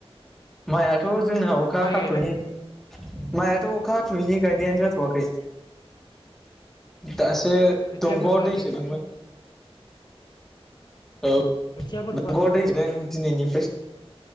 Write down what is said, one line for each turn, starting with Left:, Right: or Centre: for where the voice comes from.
Centre: माइआ थ' जोंना अखा
Left: माइ
Centre: हाथ'यि
Left: गायबाय
Centre: माइआथ' अखा हाथ'यैनि गायनायानो जाथ'वाखै दासो
Left: अ खोथियाफोर
Centre: दंग'आव
Left: फोआखै
Centre: दै
Left: होनबा
Centre: सोदोंमोन। औ
Left: खोथियाफोर
Centre: नोंगौ
Left: फोआखै
Centre: दैदों दिनैनिफ्राय